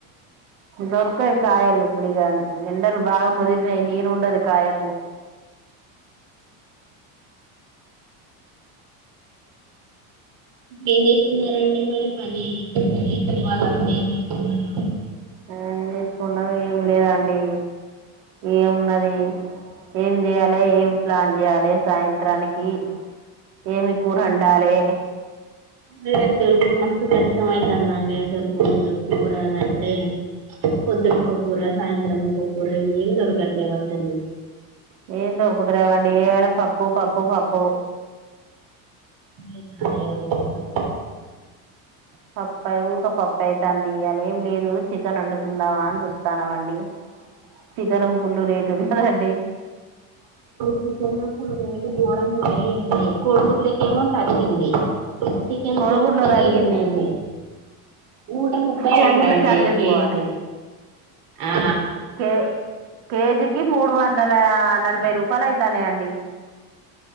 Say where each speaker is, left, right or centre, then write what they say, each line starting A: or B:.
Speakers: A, on the right; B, on the right.
A: దొరకయ్ కాయలు ఇప్పుడు ఇగా న్ ఎండలు బాగా ముదిరినయ్ నీరు ఉండదు కాయకు
B: ఏం చేసుకున్నార అండి మరి పని ఏం ఇవాలంటడి ఏం వేసుకున్నారు.
A: కాయలు తీసుకున్న ఎం లేదండి ఏమున్నది ఏం చేయాలి ఏం ప్లాన్ చేయాలే సాయంత్రానికి ఏమి కూరండాలే
B: కురగాయాలు దొరుకుడు మస్త్ కష్టం ఐతది అండి రోజు కూరగాయలంటే పొద్దునొక్క కూర సాయంత్రం ఒక ఒక్క కూర ఏం దొరకట్లే అసలు
A: ఏం దొరుకుత లేవండి ఏమైనా పప్పు పప్పు పప్పు
B: ఇగ రోజు
A: పప్పా ఊకె పప్పు అయితది యియాలా ఏం లేదు చికెన్ వండుకుందామా అని చూస్తాన్నామండి చికెన్ కు ఫుల్లు రేటు ఉన్నదండి
B: చికెన్ రేట్లు గోరంగా ఉన్నాయి ఏంది కోడిగు ఇలకేమో తగ్గింది చికెన్
A: కోడిగుడ్లో
B: కెమో పెరిగిందాండి
A: తగ్గింది
B: నూట ముప్పై
A: కోడిగుడ్లో
B: అంటా అండి
A: చారు చేసుకోవాలి
B: కేజీ ఆ
A: కే కేజీకి మూడు వందల నలభై రూపాయలు అయితన్నాయి అండి